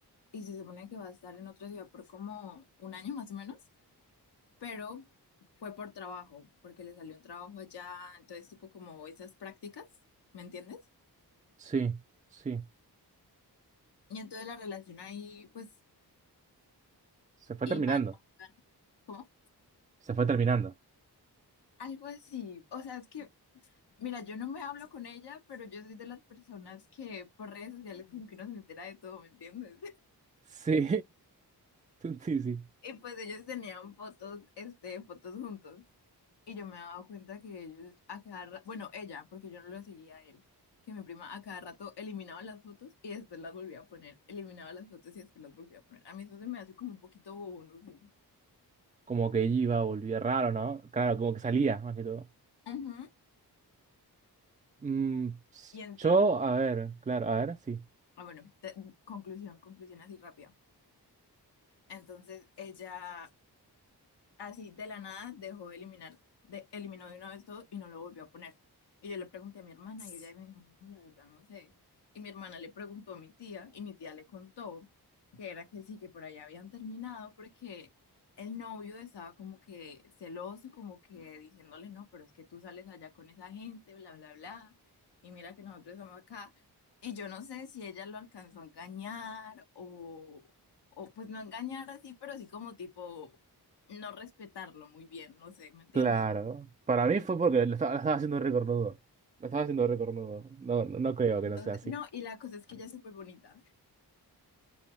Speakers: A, on the left; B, on the right.
A: y se supone que va a estar en otra ciudad por como un año más o menos, pero fue por trabajo, porque le salió un trabajo allá, entonces tipo como esas prácticas, ¿me entiendes?
B: Sí, sí.
A: Y entonces la relación ahí pues
B: Se fue terminando.
A: iba, ¿no? Iba, ¿cómo?
B: Se fue terminando.
A: Algo así, o sea, es que, mira, yo no me hablo con ella, pero yo soy de las personas que por redes sociales como que no se entera de todo, ¿me entiendes?
B: Sí, <laughs> sí, sí.
A: Y pues ellos tenían fotos, este, fotos juntos. Y yo me daba cuenta que ellos a cada rato, bueno, ella, porque yo no lo seguía a él, que mi prima a cada rato eliminaba las fotos y después las volvía a poner, eliminaba las fotos y después las volvía a poner. A mí eso se me hace como un poquito bobo, no sé.
B: Como que iba, volvía raro, ¿no? Claro, como que salía, más que todo.
A: Ujú.
B: Mm, s-
A: Y entonces,
B: yo, a ver, claro, a ver, sí.
A: ah, bueno, te- conclusión, conclusión así rápida. Entonces ella Así de la nada dejó de eliminar, de, eliminó de una vez todo y no lo volvió a poner. Y yo le pregunté a mi hermana y ella me dijo, no, la verdad no sé. Y mi hermana le preguntó a mi tía y mi tía le contó que era que sí, que por allá habían terminado porque el novio estaba como que celoso, como que diciéndole, no, pero es que tú sales allá con esa gente, bla, bla, bla. Y mira que nosotros estamos acá. Y yo no sé si ella lo alcanzó a engañar o, o pues no engañar así, pero sí como tipo no respetarlo muy bien, no sé, ¿me entiendes?
B: Claro. Para mí fue porque lo estaba, lo estaba haciendo recornudo. Lo estaba haciendo recornudo. No, no, no creo que
A: Entonces,
B: no sea así.
A: no, y la cosa es que ella es súper bonita,